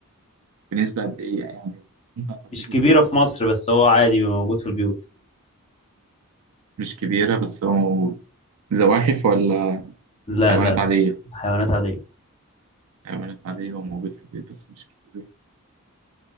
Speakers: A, on the right; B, on the left.
A: بنسبة قد إيه يعني ينفع تربيه
B: مش
A: في
B: كبيرة
A: البيت ولا
B: في مصر بس هو عادي بيبقى موجود في البيوت
A: مش كبيرة بس هو موجود زواحف ولا
B: لا
A: حيوانات
B: لا لا
A: عادية
B: حيوانات عادية
A: حيوانات عادية وموجود في البيت بس مش كتير